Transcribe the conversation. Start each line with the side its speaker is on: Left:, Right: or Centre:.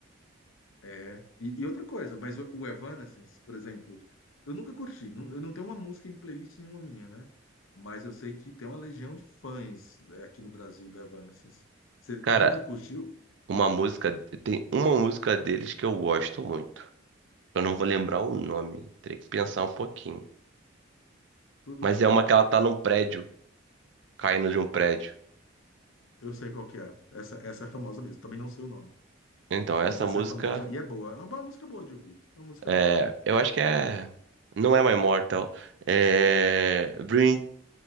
Left: É. E, e outra coisa, mas o, o Evanescence, por exemplo, eu nunca curti. não- eu não tenho uma música em playlist nenhuma minha, né? Mas eu sei que tem uma legião de fãs é, aqui no Brasil do Evanescence. Você
Right: Cara,
Left: nunca curtiu?
Right: uma música. Tem uma música deles que eu gosto muito. Eu não vou lembrar o nome, teria que pensar um pouquinho.
Left: Tudo
Right: Mas
Left: bem.
Right: é uma que ela tá num prédio, caindo de um prédio.
Left: Eu sei qual que é. Essa, essa é famosa mesmo. Também não sei o nome.
Right: Então,
Left: Mas
Right: essa
Left: essa
Right: música.
Left: é famosa e é boa. É uma, boa música boa de ouvir. É uma música
Right: É,
Left: boa.
Right: eu acho que é. Não é My Mortal. É. Bring,